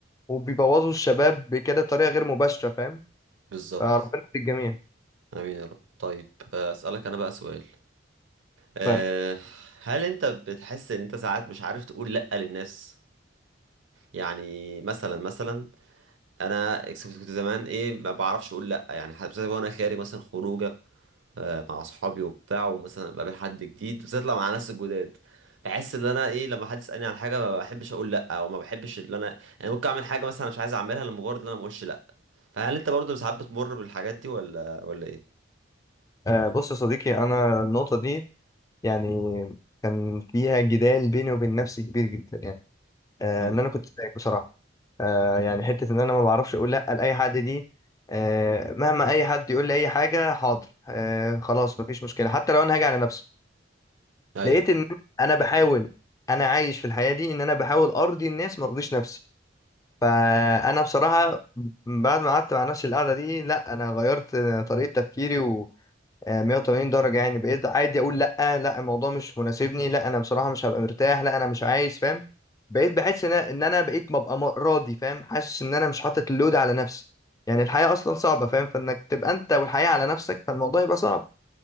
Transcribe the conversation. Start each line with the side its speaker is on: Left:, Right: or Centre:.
Left: وبيبوظوا الشباب بكده بطريقة غير مباشرة فاهم
Right: بالظبط
Left: فربنا في الجميع
Right: امين يا رب طيب آه، اسالك انا بقى سؤال أه
Left: طيب
Right: هل انت بتحس ان انت ساعات مش عارف تقول لا للناس يعني مثلا مثلا انا كنت زمان ايه ما بعرفش اقول لا يعني حتى بالذات وانا خارج مثلا خروجه آه، مع اصحابي وبتاع ومثلا بقابل حد جديد بالذات لو مع ناس الجداد بحس ان انا ايه لما حد يسالني عن حاجه ما بحبش اقول لا او ما بحبش ان انا يعني ممكن اعمل حاجه مثلا مش عايز اعملها لمجرد ان انا ما اقولش لا فهل انت برضه ساعات بتمر بالحاجات دي ولا ولا ايه
Left: آه، بص يا صديقي انا النقطة دي يعني كان فيها جدال بيني وبين نفسي كبير جدا يعني آه،
Right: امم
Left: ان انا كنت سايق بصراحة آه، يعني حتة ان انا ما بعرفش اقول لا لأي حد دي آه، مهما اي حد يقول لي اي حاجة حاضر آه، خلاص مفيش مشكلة حتى لو انا هاجي على نفسي
Right: ايوه
Left: لقيت ان انا بحاول انا عايش في الحياه دي ان انا بحاول ارضي الناس ما ارضيش نفسي فانا بصراحه بعد ما قعدت مع نفسي القعده دي لا انا غيرت طريقه تفكيري و 180 درجه يعني بقيت عادي اقول لا لا الموضوع مش مناسبني لا انا بصراحه مش هبقى مرتاح لا انا مش عايز فاهم بقيت بحس ان انا إن أنا بقيت ببقى م- راضي فاهم حاسس ان انا مش حاطط اللود على نفسي يعني الحياه اصلا صعبه فاهم فانك تبقى انت والحياه على نفسك فالموضوع يبقى صعب